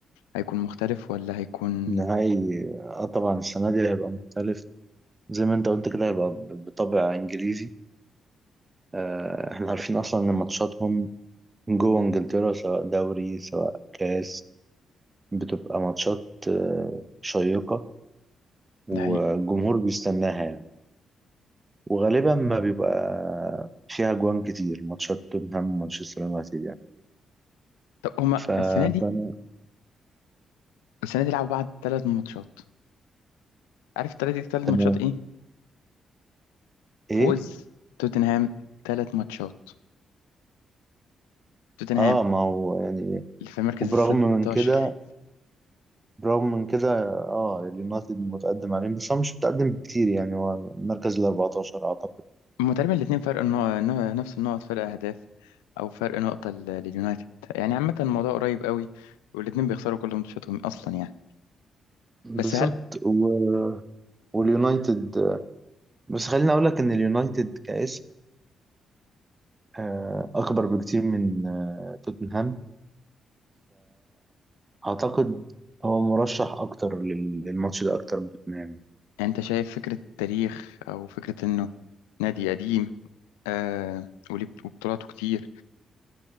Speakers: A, on the left; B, on the right.
A: هيكون مختلف ولا هيكون
B: النهائي اه طبعا السنة دي هيبقى مختلف زي ما انت قلت كده هيبقى ب- بطابع انجليزي آه، احنا عارفين اصلا ان ماتشاتهم جوه انجلترا سواء دوري سواء كاس بتبقى ماتشات آه، شيقة والجمهور
A: ده حقيقي
B: بيستناها يعني وغالبا ما بيبقى فيها جوان كتير ماتشات توتنهام ومانشستر يونايتد يعني
A: طب هما
B: ف-
A: السنه دي
B: فانا
A: السنه دي لعبوا بعض ثلاث ماتشات عارف الثلاث ثلاث
B: تمام
A: ماتشات ايه
B: ايه
A: فوز توتنهام ثلاث ماتشات توتنهام
B: اه ما هو يعني
A: اللي في المركز
B: وبرغم
A: ال
B: من
A: 16
B: كده برغم من كده اه اليونايتد متقدم عليهم بس هو مش متقدم بكتير يعني هو المركز ال 14 اعتقد
A: هما تقريبا الاثنين فرق النقط نفس النقط فرق اهداف او فرق نقطة ل- لليونايتد يعني عامة الموضوع قريب قوي والاثنين بيخسروا كل ماتشاتهم اصلا يعني بس
B: بالظبط
A: هل
B: و... واليونايتد بس خليني اقول لك ان اليونايتد كاسم آه، اكبر بكتير من آه، توتنهام فاعتقد هو مرشح اكتر لل- للماتش ده اكتر من توتنهام
A: انت شايف فكرة تاريخ او فكرة انه نادي قديم آه وليه بط- وبطولاته كتير